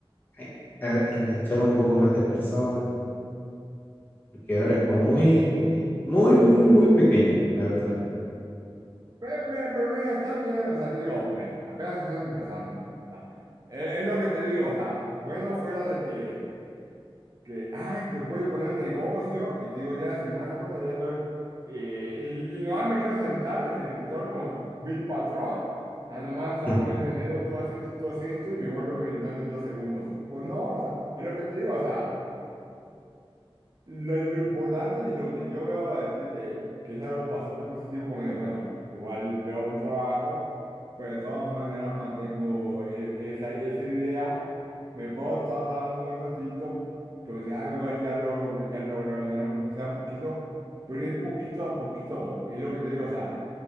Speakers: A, on the left (about 20°); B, on the right (about 40°).
A: eh, a- enganchar un poco más de personas. porque ahora es como muy, muy, muy, muy, muy pequeño, la verdad.
B: Pero, mira, pero mira, está bien, o sea, te digo, mira, apenas estás empezando. O sea, es, es lo que te digo, o sea, bueno fuera de que que, ay, pues voy a poner un negocio y te digo, ya la semana, puta, ya estoy, eh, y, y nomás me quiero sentar en el escritorio como Bill Patrón, a nomás
A: <laughs>
B: estar moviendo el dedo, tú haces esto, tú haces esto, y me vuelvo millonario en dos segundos. Pues no, o sea, es lo que te digo, o sea. Lo, lo importante y lo que yo veo de ti, que, que es algo bastante positivo, como de, bueno, igual veo un trabajo, pero de todas maneras mantengo es- esa, esa idea, me puedo tardar un buen ratito, como si, ah, igual ya logro, ya logro vender algo, que sea poquito, pero es poquito a poquito, es lo que te digo, o sea,